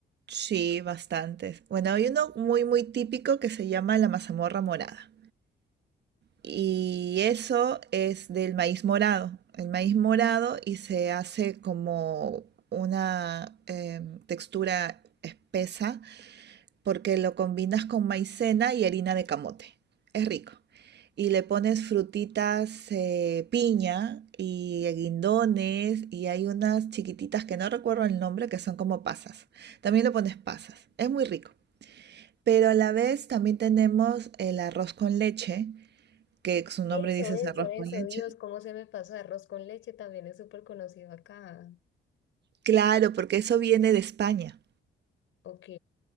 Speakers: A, on the right; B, on the left.
A: Sí, bastantes. Bueno, hay uno muy, muy típico que se llama la mazamorra morada. Y eso es del maíz morado. El maíz morado y se hace como una em, textura espesa porque lo combinas con maicena y harina de camote. Es rico. Y le pones frutitas, eh, piña y guindones y hay unas chiquititas que no recuerdo el nombre que son como pasas. También le pones pasas. Es muy rico. Pero a la vez también tenemos el arroz con leche, que su nombre
B: Eso,
A: dice
B: eso,
A: es arroz
B: eso,
A: con leche.
B: Dios, cómo se me pasó. Arroz con leche también es súper conocido acá.
A: Claro, porque eso viene de España.
B: Ok,